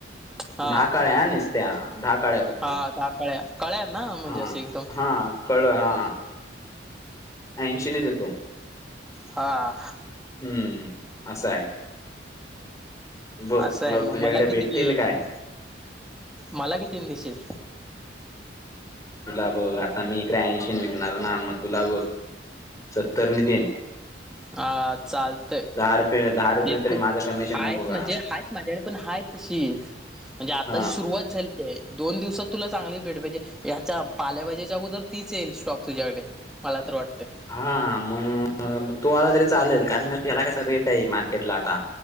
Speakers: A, in the centre; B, on the left (about 20°).
A: हा
B: दहा काळ्या निसत्या दहा काळ्या फक्त
A: हा दहा कळ्या कळ्या ना म्हणजे
B: हा
A: अशी एकदम
B: हा कळ हा ऐंशी नि देतो.
A: हा
B: हम्म असं आहे. बघ
A: असं
B: बघ
A: आहे मग
B: तुझ्याकडे
A: मला
B: भेटतील
A: किती नाही
B: काय?
A: मला कितीन दिशील?
B: तुला बघ आता मी इकडे ऐंशीने विकणार ना मग तुला बघ सत्तर नि देन.
A: हा चालतंय.
B: रुपये दहा रुपये
A: देतो
B: तरी माझं कमिशन
A: हायच
B: नको का?
A: म्हणजे हायच माझ्याकडे पण हाय तशी म्हणजे आताची
B: हा
A: सुरुवात झाली. दोन दिवसात तुला चांगलीच रेट पाहिजे ह्याच्या पाल्याभाजीच्या अगोदर तीच येईल स्टॉक तुझ्याकडे. मला तर वाटतय.
B: हा मग तो आला तरी चालेल कारण का त्याला कसा रेट आहे मार्केटला आता.